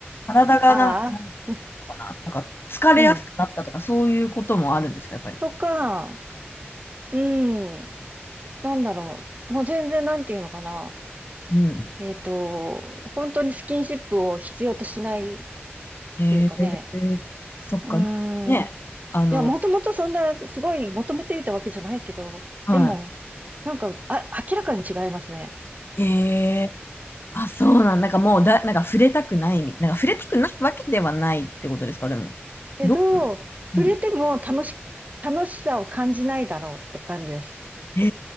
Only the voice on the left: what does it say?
体がなん、
なん
かな、なんか疲れやすくなったとかそういうこともあるんですか、
やっぱり。
うん。
へ
え、そっか、
なんかね、
あの、
は
い。へえあ、そうなん、なんかもうだ、なんか触れたくないみ、なんか触れたくないわけではないってことですか、でも。
どうなの
うん。
へ